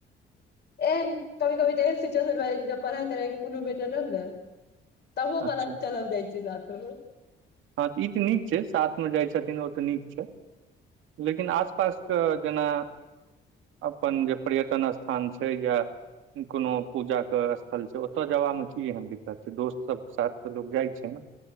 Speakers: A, on the left; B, on the right.
A: ए कभी कभी तऽ एहन सीच्वेशन भ जाइ छै, जब पढ़ाइ- तढाई के कोनो मेटर रहल न। तबहो
B: अच्छा
A: कहलक चल हम जाय छियऊ साथ में
B: हँ, तऽ ई तऽ नीक छै, साथमे जाइ छथिन ओ तऽ नीक छै। लेकिन आस पास कऽ जेना अपन जे पर्यटन स्थान छै। या कोनो पूजा के स्थल छै, ओतऽ जेबामे की एहन दिक्कत छै, दोस्त सबके साथ तऽ लोग जाइ छै न।